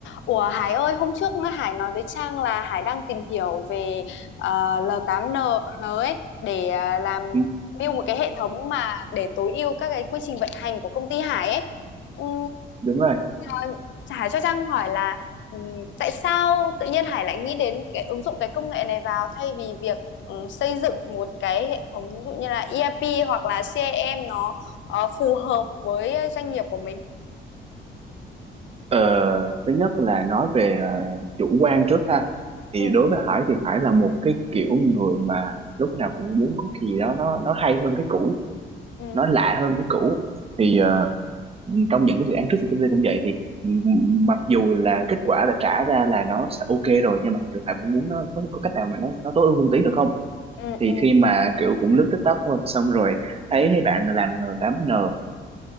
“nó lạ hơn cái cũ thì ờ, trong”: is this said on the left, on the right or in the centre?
Right